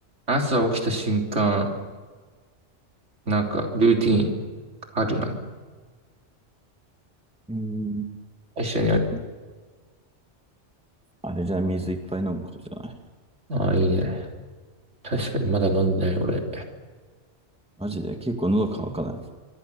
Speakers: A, on the right; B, in the centre.
A: 朝起きた瞬間、なんか、ルーティーンあるな。
B: うーん、
A: 一緒にある。
B: あと、あれじゃ水いっぱい飲むことじゃない。
A: ああ、いいね。確かに、まだ飲んでない、俺。
B: マジで、結構喉乾かない。